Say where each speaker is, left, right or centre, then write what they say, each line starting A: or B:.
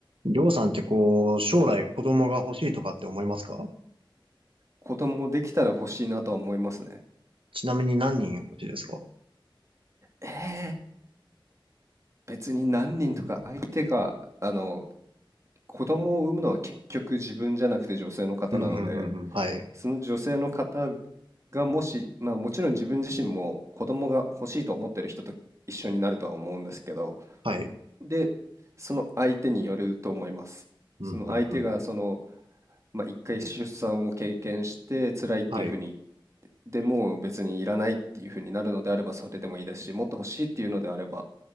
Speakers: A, on the right; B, on the right.
A: りょうさんってこう、将来子供が欲しいとかって思いますか
B: 子供できたら欲しいなとは思いますね。
A: ちなみに何人欲しいですか
B: えー別に何人とか相手が、あの、子供を産むのは結局自分じゃなくて女性の方なので、
A: うん、うん、うん、うん。はい。
B: その女性の方がもし、まあもちろん自分自身も子供が欲しいと思ってる人と一緒になるとは思うんですけど、
A: はい。
B: で、その相手によると思います。
A: うん、
B: その相手がその、
A: うん、うん。
B: まあ、一回出産を経験して辛いっていうふうに、
A: はい。
B: でもう別にいらないっていうふうになるのであればそれでもいいですし、もっと欲しいっていうのであれば、